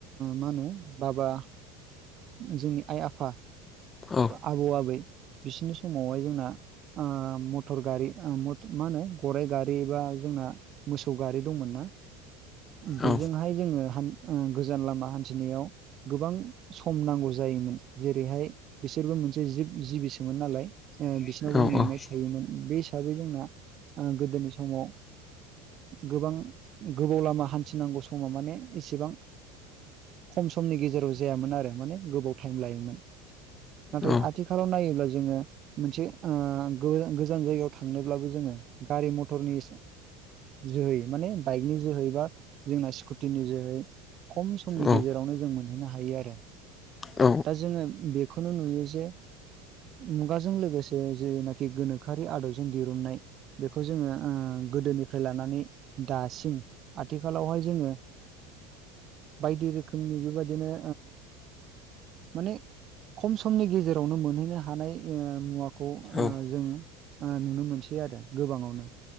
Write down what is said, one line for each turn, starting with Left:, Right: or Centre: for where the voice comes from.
Right: मा होनो बाबा जोंनि आइ आफा
Left: औ
Right: आबौ आबै बिसिोरनि समावहाय जोंना मटर गारि मा होनो गराइ गारि एबा जोंना मोसौ गारि दंमोन ना बेजोंहाय
Left: औ
Right: जोङो गोजान लामा हान्थिनायाव गोबां सम नांगौ जायोमोन जेरैहाय बिसोरबो मोनसे जिब जिबिसोमोन नालाय बिसोरनावबो
Left: औ
Right: मेंनाय थायोमोन बे हिसाबै जोंना गोदोनि समाव गोबां गोबाव लामा हान्थिनांगौ समाव माने एसेबां खम समनि गेजेराव जायामोन आरो माने गोबाव टाइम लायोमोन नाथाय
Left: औ
Right: आथिखालाव नायोब्ला जोङो मोनसे गोजान जायगायाव थांनोब्लाबो जोङो गारि मथरनि जोहै माने बाइकनि जोहै बा जोंना स्कुटिनि जोहै खम समनि
Left: औ
Right: गेजेरावनो जों मोनहैनो हायो आरो
Left: औ
Right: दा जोङो बेखौनो नुयो जे मुगाजों लोगोसे जेनाखि गोनोखोआरि आदबजों दिरुननाय बेखौ जोङो गोदोनिफ्राय लानानै दासिम आथिखालावहाय जोङो बायदि रोखोमनि बेबादिनो माने खम समनि गेजेरावनो मोनहैनो हानाय मुवाखौ
Left: औ
Right: जों नुनो मोनसै आरो गोबाङावनो